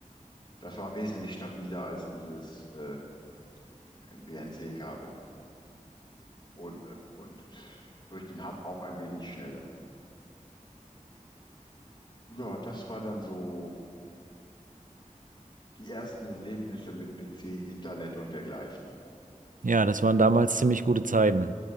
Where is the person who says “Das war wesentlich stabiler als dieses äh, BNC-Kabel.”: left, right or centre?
Left